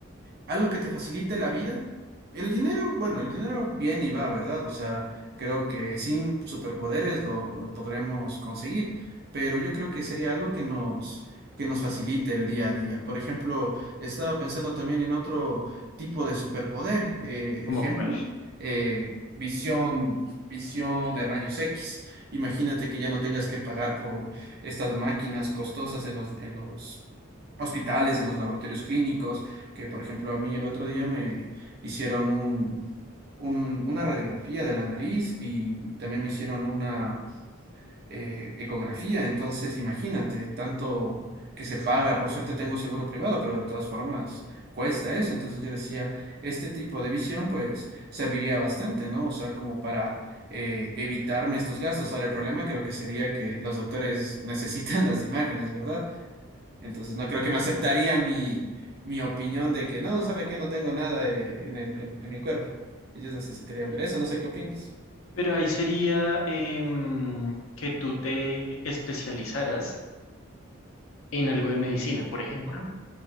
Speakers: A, on the right; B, on the left.
A: algo que te facilite la vida. El dinero, bueno, el dinero viene y va, ¿verdad? O sea, creo que sin superpoderes lo, lo podremos conseguir, pero yo creo que sería algo que nos, que nos facilite el día a día. Por ejemplo, estaba pensando también en otro tipo de superpoder. eh,
B: ¿Como
A: ejemplo,
B: cuál?
A: eh, visión, visión de rayos X. Imagínate que ya no tengas que pagar por estas máquinas costosas en los, en los hospitales, en los laboratorios clínicos que por ejemplo a mí el otro día me hicieron un, un- una radiografía de la nariz y también me hicieron una eh, ecografía, entonces imagínate, tanto que se paga, por suerte tengo seguro privado, pero de todas formas cuesta eso, entonces yo decía, este tipo de visión pues serviría bastante, ¿no? O sea, como para... eh, evitarme estos gastos. Ahora, el problema creo que sería que los doctores necesitan <laughs> las imágenes, ¿verdad? Entonces no creo que me aceptarían mi, mi opinión de que no, ¿sabe qué? No tengo nada de- en el, en, en mi cuerpo. Ellos necesitarían ver eso, no sé qué opinas.
B: Pero ahí sería em, que tú te especializaras en algo de medicina, por ejemplo.
A: Ah,